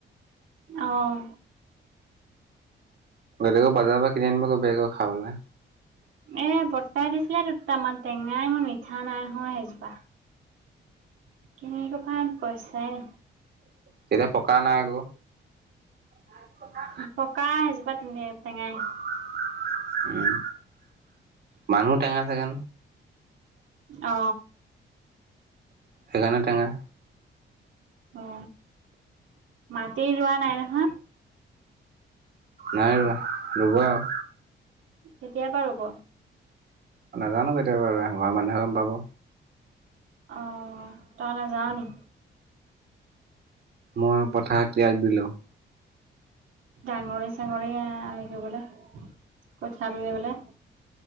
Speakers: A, on the right; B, on the right.
A: অহ।
B: বেলেগক <inaudible> পৰা কিনি <inaudible> খাবলৈ
A: এ ব্ৰতাই দিছিলে দুটা মান টেঙা মিঠা নাই হোৱা সেইজোপা। <inaudible> পইচাই।
B: তেতিয়া পকা নাই আকৌ। <unintelligible>
A: পকা সেইজোপা <inaudible> টেঙাই।
B: <inaudible> উম মানুহ টেঙা চাগে
A: অ।
B: সেইকাৰণে টেঙা।
A: অ মাটি ৰোৱা নাই নহয়।
B: নাই ৰুৱা ৰুব আও।
A: কেতিয়াপা ৰুব।
B: নাজানো কেতিয়াপা ৰোৱে <inaudible> মানুহে গম পাব।
A: অঁ তই নাযাও নি।
B: মই পথা ত্যাগ দিলো।
A: ডাঙৰি চাঙৰি আ <inaudible> বলে। কঠিয়া তুলি বলে,